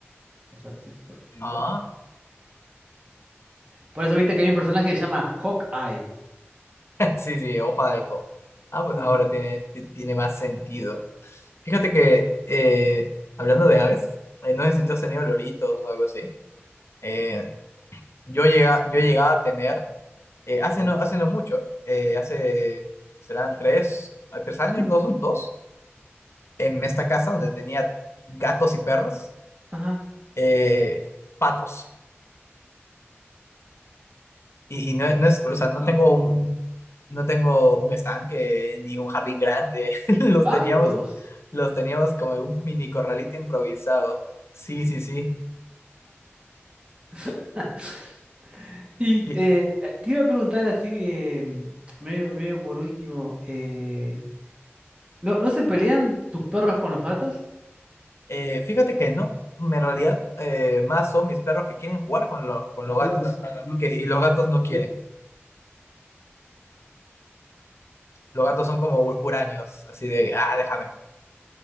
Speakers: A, on the right (about 25°); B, on the left (about 70°).
A: O sea, sí, por,
B: entonces,
A: por eso viste que hay un personaje que se llama Hawkeye.
B: Sí, sí, hoja de halcón. Ah, pues
A: Ujú.
B: ahora tiene, ti- tiene más sentido. Fíjate que, eh, hablando de aves, eh, no sé si tú has tenido loritos o algo así. Eh, yo llega, yo llegaba a tener, eh, hace no, Vale. hace no mucho, eh, hace, serán tres, a tres años, <laughs> dos, dos, en esta casa donde tenía gatos y perros,
A: Ajá.
B: eh, patos. Y, y no, no es, o sea, no tengo un, no tengo un estanque ni un jardín grande. <laughs> Los
A: Patos.
B: teníamos Los teníamos como en un mini corralito improvisado. Sí, sí, sí.
A: <laughs> Y
B: Fí-
A: eh, eh, te iba a preguntar así, eh, medio, medio por último, eh, ¿no, no se pelean tus perros con los gatos?
B: eh, fíjate que no. En realidad, eh, más son mis perros que quieren jugar con, lo- con los gatos. Que, y los gatos no quieren. Los gatos son como hu- huraños, así de, ah, déjame.